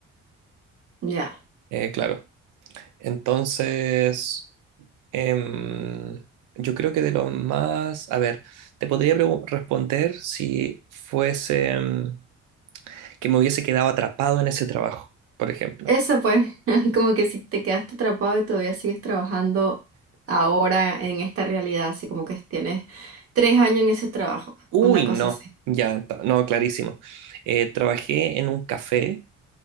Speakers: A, on the right (about 50°); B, on the right (about 85°).
A: Ya.
B: Eh, claro. Entonces... Em, yo creo que de los más, a ver, te podría pregu- responder si fuese em, que me hubiese quedado atrapado en ese trabajo, por ejemplo.
A: Eso pues, <laughs> como que si te quedaste atrapado y todavía sigues trabajando ahora en esta realidad, así como que tienes tres años en ese trabajo,
B: Uy,
A: una
B: no,
A: cosa así. <laughs>
B: ya, ta- no, clarísimo. Eh, trabajé en un café